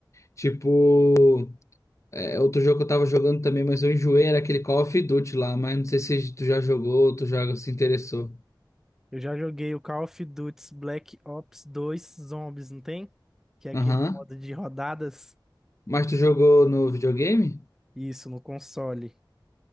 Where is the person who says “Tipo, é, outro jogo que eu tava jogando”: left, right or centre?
Left